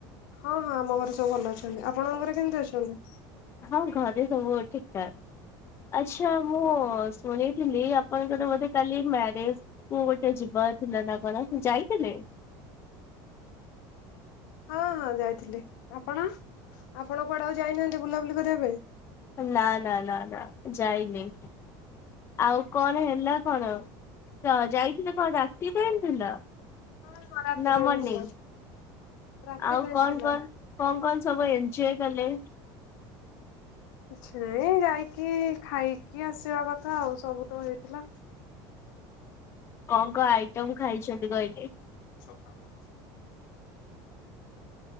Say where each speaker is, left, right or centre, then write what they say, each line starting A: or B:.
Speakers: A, on the left (about 85°); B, on the left (about 25°).
A: ହଁ ହଁ ଆମ ଘରେ ସବୁ ଭଲ ଅଛନ୍ତି, ଆପଣଙ୍କ ଘରେ କେମିତି ଅଛନ୍ତି?
B: ହଁ ଘରେ ସବୁ ଠିକଠାକ। ଆଛା, ମୁଁ ଶୁଣିଥିଲି ଆପଣଙ୍କର ବୋଧେ କାଲି ମ୍ୟାରେଜ କୁ ଗୋଟେ ଯିବା ଥିଲା ନା କଣ? ଯାଇଥିଲେ।
A: ହଁ ହଁ ଯାଇଥିଲି, ଆପଣ ଆପଣ କୁଆଡେ ଆଉ ଯାଇନାହାନ୍ତି ବୁଲାବୁଲି କରିବା ପାଇଁ।
B: ନା ନା ନା ନା ଯାଇନି। ଆଉ କଣ ହେଲା କଣ? ତ ଯାଇଥିଲେ କଣ ରାତି ଫେରିଥିଲ?
A: ହଁ ହଁ ରାତି
B: ନାମନି
A: ଟାଇମ ଥିଲା। ରାତି
B: ଆଉ
A: ଟାଇମ
B: କଣ
A: ଥିଲା
B: କର କଣ କଣ ସବୁ ଏଞ୍ଜୟ କଲେ?
A: କିଛି ନାଇଁ ଯାଇକି ଖାଇକି ଆସିବା କଥା ଆଉ ସବୁ ତ ହେଇଥିଲା।
B: କଣ କଣ ଆଇଟମ ଖାଇଛନ୍ତି କହିଲେ?
A: <unintelligible>